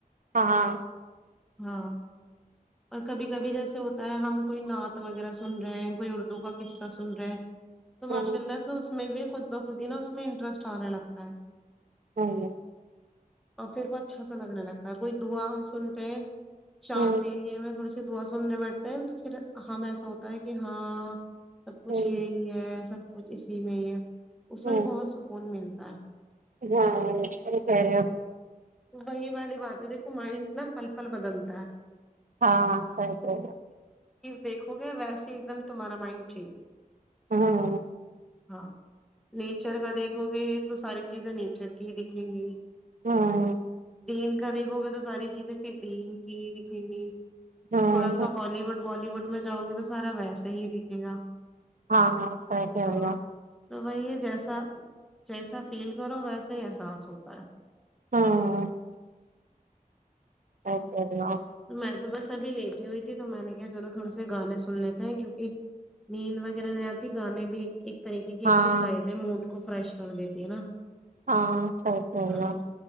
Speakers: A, on the right; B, in the centre.
A: ہاں ہاں
B: ہاں اور کبھی کبھی جیسے ہوتا ہے ہم کوئی نعت وغیرہ سن رہے ہیں کوئی اردو کا قصہ سن رہا ہے تو ماشاء
A: ہوں
B: اللہ سے اس میں بھی خود بخود ہی نا اس میں انٹرسٹ آنے لگتا ہے
A: ہاںا
B: اور پھر وہ اچھا لگنے لگتا کوئی دوا ہم سنتے ہیں شانت
A: ہوں
B: ایریے میں تھوڑی سی دعا سننے بیٹھتے ہیں تو پھر ہم ایسا ہوتا ہے کہ ہاں سب کچھ
A: ہوں
B: یہی ہے سب کچھ اسی میں ہی ہے اس
A: ہوں
B: میں بھی بہت سکون ملتا ہ
A: ہاں کر
B: وہی والی بات دیکھو مائنڈ نا پل پل بدلتا ہے
A: ہاں سریکا
B: دیکو گیا ویسے ہی ایک دم تمہارا مائنڈ جھی
A: ہاں
B: ہاں نیچر کا دیکھو گے تو ساری چیزیں نیچر کی ہی دکھیں گی
A: ہاں
B: دین کا دیکھو گے تو ساری چیزیں پھر دین کی ہی دکھیں گی
A: ہاں
B: تھوڑا سا ہالوڈ بالی ووڈ میں جؤ گے تو سارا ویسے ہی دکھے گا
A: ہاںئی کیا
B: ہاں
A: گا
B: تو وہی ہے جیسا جیسا فیل کرو ویسا ہی احساس ہوتا ہے
A: ہاں صحیح کہہ رہے ہو
B: میں تو بس <unintelligible> سبھی لیٹ ہی ہوئی تھی تو میں نے کہ چلو تھوڑے سے گانے سن لیتے ہیں کیونکہ نیند وغیرہ نہیں آتی گانے بھی ایک طریقے کی ایکسرسائز
A: ہاں
B: ہے موڈ کو فریش کر دیتی ہے نا
A: ہاں سر چ اللہ
B: ہاں